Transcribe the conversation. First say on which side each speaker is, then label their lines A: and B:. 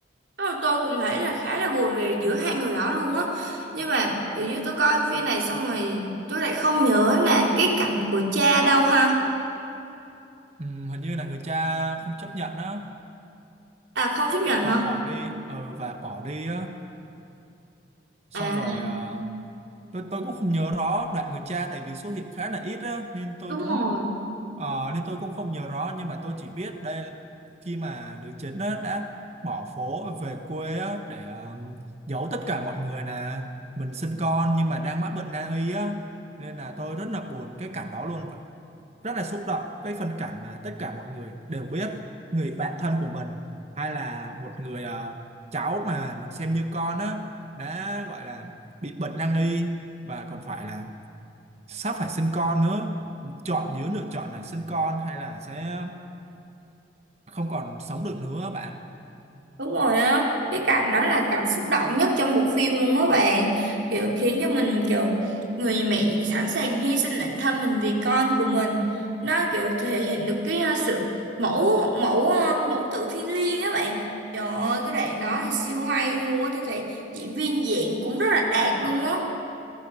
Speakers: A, on the right; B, on the right.
A: Ờ, tôi cũng thấy là khá là buồn về giữa hai người đó luôn á nhưng mà kiểu như tôi coi phim này xong rồi tôi lại không nhớ là cái cảnh của cha đâu ha
B: Ừm, hình như là người cha không chấp nhận á
A: à không chấp nhận
B: và
A: hả
B: bỏ đi ờ và bỏ đi á xong
A: à
B: rồi ờ, tôi tôi cũng không nhớ rõ đoạn người cha tại vì xuất hiện khá là ít á nên tôi
A: đúng
B: cũng
A: rồi
B: Ờ, nên tôi cũng không nhớ rõ nhưng mà tôi chỉ biết đây khi mà nữ chính á, đã bỏ phố và về quê á, để ờ, giấu tất cả mọi người là mình sinh con nhưng mà đang mắc bệnh nan y á nên là tôi rất là buồn cái cảnh đó luôn rất là xúc động cái phân cảnh mà tất cả mọi người đều biết người bạn thân của mình hay là một người ờ, cháu mà mình xem như con á đã gọi là bị bệnh nan y và còn phải là sắp phải sinh con nữa chọn giữa lựa chọn là sinh con hay là sẽ không còn sống được nữa bạn
A: Đúng rồi á, cái cảm đó là cảm xúc động nhất trong bộ phim luôn á bạn. Kiểu khiến cho mình kiểu người mẹ sẵn sàng hy sinh bản thân mình vì con của mình. Nó kiểu thể hiện được cái ờ, sự mẫu mẫu ờ, mẫu tử thiêng liêng á bạn. Trời ơi, cái đoạn đó là siêu hay luôn á, tôi thấy diễn viên diễn cũng rất là đạt luôn á.